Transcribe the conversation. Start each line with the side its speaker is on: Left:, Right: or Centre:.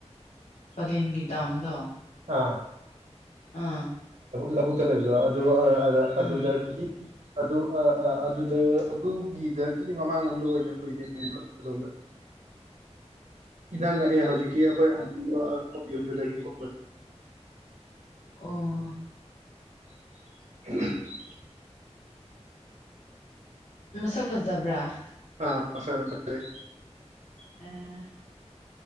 Left: ꯄꯗꯦꯟꯒꯤ ꯗꯥꯝꯗ
Right: ꯑ
Left: ꯑꯥ
Right: ꯂꯧꯕꯨꯛꯇ ꯂꯩꯕꯗꯣ ꯑꯗꯨ ꯑ ꯑꯗꯨꯗꯒꯤ
Left: ꯑꯥ
Right: ꯑꯗꯨ ꯑꯗꯨ ꯑꯗꯨꯒꯤꯗꯒꯤꯗꯤ ꯃꯃꯥꯡꯂꯣꯝꯗ ꯑꯣꯏꯅ ꯎꯅꯦ ꯑꯗꯣꯝꯗ ꯏꯪ ꯑꯦ ꯍꯧꯖꯤꯛꯀꯤ ꯑꯩꯈꯣꯏ ꯑꯟꯇ ꯌꯨꯝꯗꯨꯗꯒꯤ ꯀꯣ
Left: ꯑꯣ
Right: <inaudible>
Left: ꯃꯁꯛ ꯐꯖꯕ꯭ꯔꯥ
Right: ꯑ ꯃꯦ
Left: ꯑ